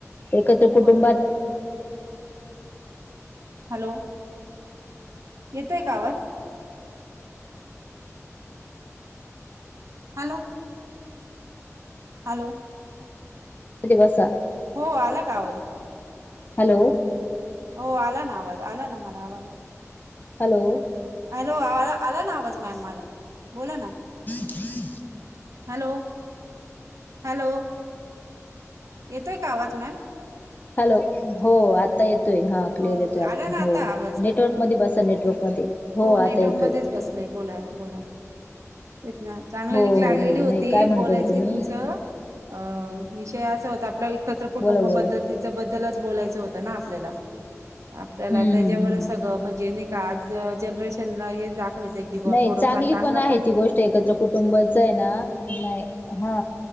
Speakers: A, on the left; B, on the right.
A: एकत्र कुटुंबात
B: हो हॅलो येतोय का आवाज? हॅलो हॅलो
A: दिवसा
B: हो आला का आवाज?
A: हॅलो
B: हो आला ना आवाज आला ना मला आवाज
A: हॅलो
B: हॅलो आला ना आवाज मॅम मला बोला ना
A: हन <inaudible>
B: हॅलो हॅलो येतोय का आवाज मॅम?
A: हॅलो हो आता येत य हा क्लिअर
B: हो
A: येतोय, आता
B: आला ना
A: हो
B: आवाज
A: नेटवर्क मध्ये बसा
B: हो
A: नेटवर्क मध्ये हो
B: नेटवर्क
A: आता येतोय.
B: मध्येच बसले बोला बोला तेच ना चांगलं
A: हो
B: लिंक लागलेली
A: हो हो
B: होती
A: नाही काय म्हणत
B: बोलायची
A: होते तुम्ही
B: तुमचं अ विषय <unintelligible> हो आपल्या एकत्र कुटुंबपद्धती
A: बोला बोला
B: बद्दलच बोलायचं होतं ना आपल्याला आपल्याला
A: हम्म
B: त्याच्यावर
A: हम्म हम्म
B: सगळं म्हणजे नाही का आज जनरेशनला हे दाख खाचं कि बा
A: नाही
B: थोडं
A: चांगली
B: फार चांगलं
A: आहे
B: पण
A: ती गोष्ट एकत्र कुटुंबचय ना नाही हा